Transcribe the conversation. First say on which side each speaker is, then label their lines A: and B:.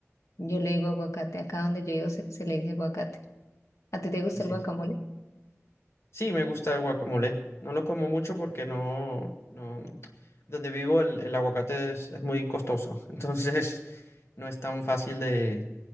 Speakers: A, on the left; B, on the left.
A: yo le digo aguacate, acá donde yo vivo se, se le dice aguacate. ¿A ti te gusta
B: Sí, sí.
A: el guacamole?
B: Sí, me gusta el guacamole. No lo como mucho porque no, no, donde vivo el, el aguacate es, es muy costoso. <laughs> Entonces no es tan fácil de,